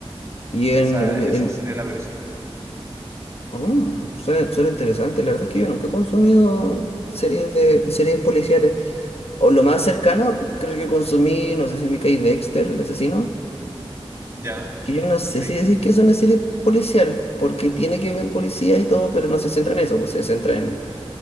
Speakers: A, on the left; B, on the right.
A: Y en...
B: Esa, esa
A: en...
B: sería la premisa.
A: Mm, suena, suena interesante. La verdad es que yo nunca he consumido series de series policiales. O lo más cercano, creo que consumí, no sé si ubicáis Dexter, el asesino,
B: Ya,
A: que yo no sé
B: sí,
A: si decir que es una serie policial, porque tiene que ver policía y todo, pero no se centra en eso, pues se centra en